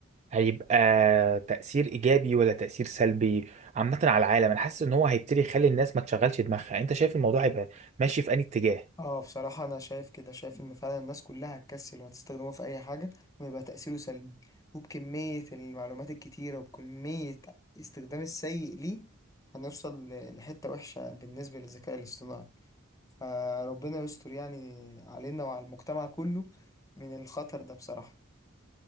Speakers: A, on the right; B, on the left.
A: هيبقى تأثير إيجابي ولا تأثير سلبي عامة على العالم انا حاسس ان هو هيبتدي يخلي الناس ما تشغلش دماغها انت شايف الموضوع هيبقى ماشي في أي اتجاه
B: اه بصراحة انا شايف كده شايف ان فعلا الناس كلها هتكسل وهتستخدمه في اي حاجة ويبقى تأثيره سلبي وبكمية المعلومات الكتيرة وبكمية استخدام السيء ليه هنوصل ل- لحتة وحشة بالنسبة للذكاء الاصطناعي فربنا يستر يعني علينا وعلى المجتمع كله من الخطر ده بصراحة